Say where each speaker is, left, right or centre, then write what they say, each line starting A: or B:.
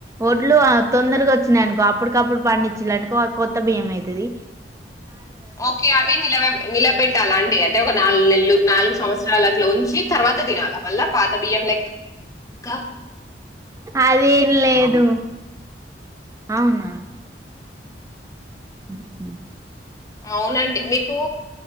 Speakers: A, on the right; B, on the left.
A: ఒడ్లు తొందరగా వచ్చినాయనుకో అప్పటికప్పుడు పండి చరెనుకో కొత్త బియ్యం అవుతుది
B: ఓకే అవి నిలబెట్టాల అండి అంటే ఒక నాలుగు నెల్లు నాలుగు సంవత్సరాల ఉంచి తర్వాత తినాల మళ్ళ పాత బియ్యం లెక్క కాదు
A: అదేం లేదు అవునా <inaudible>
B: అవునండి మీకు